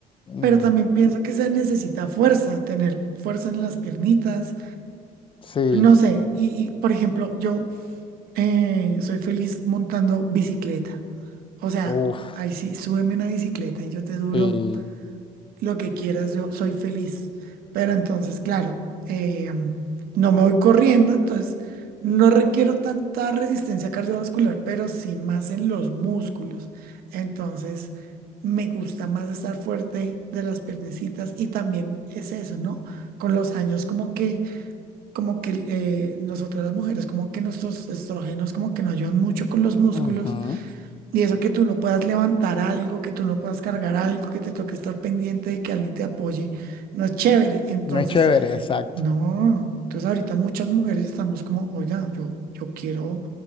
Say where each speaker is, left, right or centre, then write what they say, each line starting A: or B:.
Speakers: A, on the left (about 35°); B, on the right (about 75°).
A: Ujú.
B: pero también pienso que se necesita fuerza, tener fuerza en las piernitas.
A: Sí.
B: No sé, y, y por ejemplo, yo eh, soy feliz montando bicicleta. O sea,
A: Uf.
B: ahí sí, súbeme una bicicleta y yo te duro
A: Sí.
B: lo que quieras, yo soy feliz. Pero entonces, claro, eh, no me voy corriendo, entonces no requiero tanta resistencia cardiovascular, pero sí más en los músculos. Entonces, me gusta más estar fuerte de las piernecitas y también es eso, ¿no? Con los años, como que como que eh, nosotras las mujeres, como que nuestros estrógenos como que nos ayudan mucho con los músculos
A: Ujú.
B: y eso que tú no puedas levantar algo, que tú no puedas cargar algo, que te toque estar pendiente de que alguien te apoye, no es chévere. Entonces,
A: No es chévere, exacto.
B: no, entonces ahorita muchas mujeres estamos como, oiga, yo, yo quiero,